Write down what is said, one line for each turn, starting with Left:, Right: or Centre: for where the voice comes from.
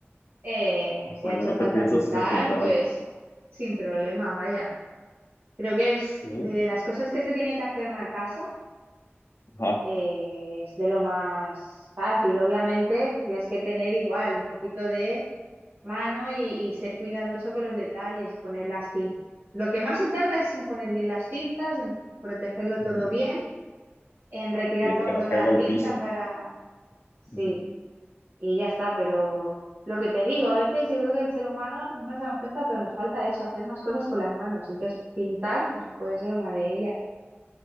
Right: Eh,
Left: lo primero
Right: si ha hecho
Left: que
Right: falta
Left: piensas
Right: pintar,
Left: es en pintarla.
Right: pues sin problema, vaya. Creo que es
Left: Sí.
Right: de las cosas que se tiene que hacer en una casa,
Left: Ajá.
Right: eh, es de lo más fácil. Obviamente, tienes que tener igual un poquito de mano y, y ser cuidadoso con los detalles, poner las cintas. Lo que más se tarda es en poner bien las cintas, en protegerlo
Left: <laughs> Ujú.
Right: todo bien, en retirar
Left: Y
Right: cuando
Left: que no
Right: toca
Left: caiga
Right: la
Left: al
Right: cinta
Left: piso.
Right: para... sí.
Left: Ujú.
Right: y ya está, pero lo que te digo, a veces yo creo que el ser humano no nos damos cuenta, pero nos falta eso, hacer más cosas con las manos. Entonces, pintar, pues puede ser una de ellas.